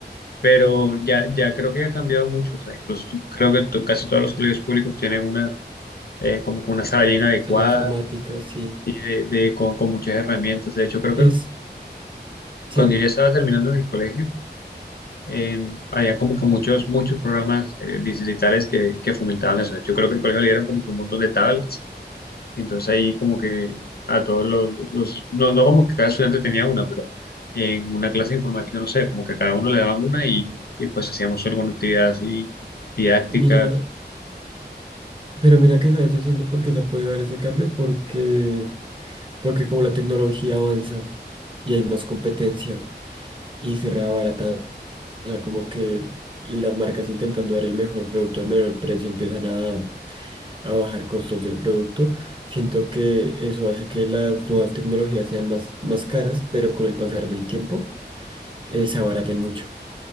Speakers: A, on the left; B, on the right.
A: pero ya, ya creo que ha cambiado mucho. O sea, incluso tú- creo que to- casi todos los colegios públicos tienen una, eh, como que una sala bien adecuada
B: sea, la informática, sí.
A: y de, de- con, con muchas herramientas. De hecho,
B: E-
A: creo
B: Es,
A: que
B: sí,
A: cuando yo estaba terminando en el colegio, en- había como que muchos, muchos programas eh, distritales que, que fomentaban eso. Yo creo que el colegio le dieron como que un montón de tablets Entonces ahí como que a todos los, los- no, no como que cada estudiante tenía una, pero en una clase de informática, no sé, como que cada uno le daban una y, y pues hacíamos alguna actividad así didáctica.
B: mira, pero mira que se ha hecho haciendo porque se ha podido dar ese cambio, porque, porque como la tecnología avanza y hay más competencia y se reabarata O sea, como que las marcas intentando dar el mejor producto al menor precio empiezan a, a bajar costos del producto. Siento que eso hace que las nuevas tecnologías sean más, más caras, pero con el pasar del tiempo eh, se abaraten mucho.